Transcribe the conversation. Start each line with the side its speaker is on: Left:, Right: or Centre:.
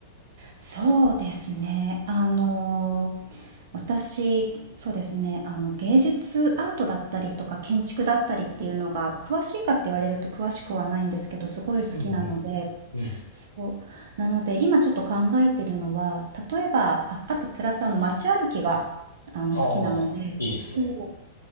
Right: そうですね。あの、私、そうですね、あの、芸術アートだったりとか建築だったりっていうのが、詳しいかって言われると詳しくはないんですけど、すごい好きなので、
Left: うんうん。うん。
Right: そう。なので、今ちょっと考えてるのは、例えば、あ、あとプラスあの街歩きが、あの、好きなので、
Left: ああ、いいですね。
Right: そう。